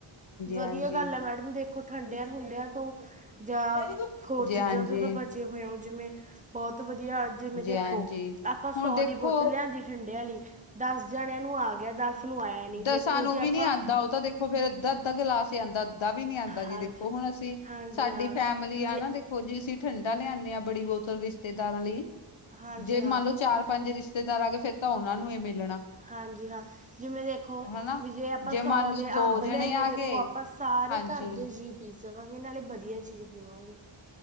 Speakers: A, on the right; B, on the left.
A: ਵਧੀਆ
B: ਹਾਂਜੀ
A: ਗੱਲ ਐ ਮੈਡਮ ਦੇਖੋ ਠੰਡਿਆਂ-ਠੁੰਡਿਆਂ
B: ਹਾਂਜੀ
A: ਤੋਂ ਜਾਂ
B: ਹਾਂਜੀ
A: ਹੋਰ ਚੀਜ਼ਾਂ
B: ਹਾਂਜੀ
A: ਤੋਂ ਤਾਂ ਬਚੇ ਹੋਏ ਹੋ ਜਿਵੇਂ ਬੋਤ ਵਧੀਆ ਜਿਵੇਂ ਦੇਖੋ
B: ਹਾਂਜੀ
A: ਆਪਾਂ
B: ਹੁਣ
A: ਸੌ
B: ਦੇਖੋ
A: ਦੀ ਬੋਤਲ ਲਿਆਂਦੀ ਠੰਡੇ ਆਲੀ ਦਸ ਜਣਿਆਂ ਨੂੰ ਆ ਗਿਆ ਦਸ ਨੂੰ ਆਇਆ ਨਹੀਂ ਦੇਖੋ
B: ਦਸਾਂ ਨੂੰ
A: ਜੇ
B: ਵੀ
A: ਆਪਾਂ
B: ਨੀ ਆਂਦਾ ਓ ਤਾਂ ਦੇ ਹੋ ਫੇਰ ਅੱਧਾ-ਅੱਧਾ ਗਲਾਸ ਈ ਆਂਦਾ ਅੱਧਾ ਵੀ ਨੀ ਆਂਦਾ ਜੀ
A: ਹਾਂਜੀ
B: ਦੇਖੋ ਹੁਣ ਅਸੀਂ
A: ਹਾਂਜੀ
B: ਸਾਡੀ
A: ਹਾਂ
B: ਫੈਮਿ ਆ
A: ਜੇ
B: ਨਾ ਦੇਖੋ ਜੀ ਅਸੀਂ ਠੰਡਾ ਲਿਆਨੇ ਬੜੀ ਬੋਤਲ ਰਿਸ਼ਤੇਦਾਰਾਂ ਲਈ
A: ਹਾਂਜੀ
B: ਜੇ ਮੰਨ
A: ਹਾਂ
B: ਲਓ ਚਾਰ ਪੰਜ ਰਿਸ਼ਤੇਦਾਰ ਆਗੇ ਫੇਰ ਤਾਂ ਓਨਾਂ ਨੂੰ ਏ ਮਿਲਣਾ।
A: ਹਾਂਜੀ ਹਾਂ ਜਿਵੇਂ ਦੇ ਖੋ
B: ਹਨਾ।
A: ਵੀ ਜੇ ਆਪਾਂ ਸੌ
B: ਮੰਨ ਲਓ
A: ਦੇ
B: ਦੋ
A: ਅੰਬ ਲਿਆਈਏ
B: ਜਣੇ ਆ
A: ਦੇਖੋ
B: ਗਏ
A: ਆਪਾਂ ਸਾਰੇ
B: ਹਾਂਜੀ
A: ਘਰਦੇ ਜੀ ਪੀ ਸਕਾਂਗੇ ਨਾਲੇ ਵਧੀਆ ਚੀਜ਼ ਪੀਵਾਂਗੇ।